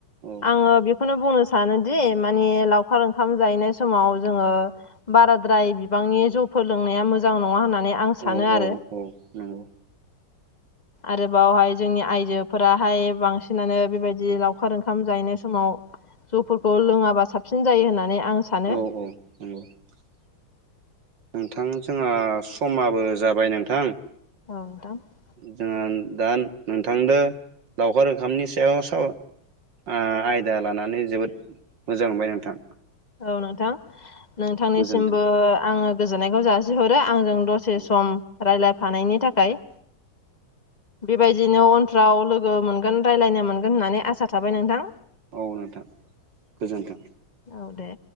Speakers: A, on the right (about 60°); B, on the left (about 30°).
A: औ
B: आङो बेखौनो बुंनोसै सानोदि माने लावखार ओंखाम जाहैनाय समाव जोङो बाराद्राय बिबांनि जौफोर लोंनाया मोजां नङा होननानै <unintelligible> आं सानो
A: औ
B: आरो
A: औ औ नंगौ
B: आरोबावहाय जोंनि आयजोफोराहाय बांसिनानो बेबायदि लावखार ओंखाम जायनाय समाव <unintelligible> फोरखौ लोङाबा साबसिन जायो होननानै आं सानो
A: औ <unintelligible> नोंथां जोंहा समाबो जाबाय नोंथां
B: <unintelligible>
A: जोंहा दा नोंथांनो लावखार ओंखामनि सायाव <unintelligible> आयदा लानानै जोबोद मोजां मोनबाय <unintelligible>
B: औ नोंथां नोंथांनिसिमबो
A: गोजोन्थों
B: आङो गोजोननायखौ <unintelligible> हरो आंजों दसे
A: औ
B: सम रायलायफानायनि थाखाय बेबायदिनो उनफ्राव लोगो मोनगोन राय्लायनो मोनगोन होननानै आसा थाबाय नोंथां
A: मावनांथां गोजोन्थों।
B: औ दे